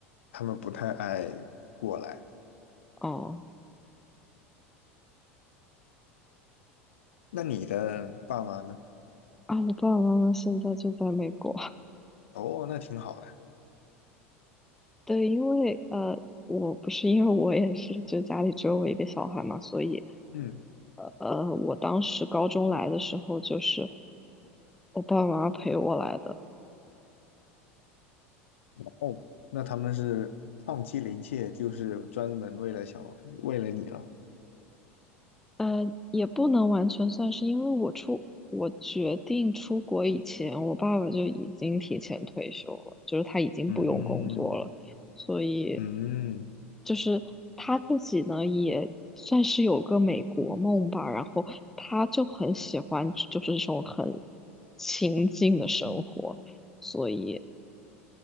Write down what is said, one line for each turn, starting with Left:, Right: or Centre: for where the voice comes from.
Left: 他们不太爱过来。
Centre: 哦，
Left: 那你的爸妈呢？
Centre: 啊，我爸爸妈妈现在就在美国。
Left: 哦，那挺好的。
Centre: <laughs> 对，因为呃，我不是因为我也是，就家里只有我一个小孩嘛，所以。
Left: 嗯，
Centre: 呃，呃，我当时高中来的时候，就是我爸妈陪我来的，
Left: 哦，那他们是放弃了一切，就是专门为了小，为了你了。
Centre: 呃，也不能完全算是，因为我出我决定出国以前，我爸爸就已经提前退休了，就是他已经不用工作了，
Left: 嗯
Centre: 所以
Left: 嗯。
Centre: 就是他自己呢也算是有个美国梦吧，然后他就很喜欢就是这种很清静的生活，所以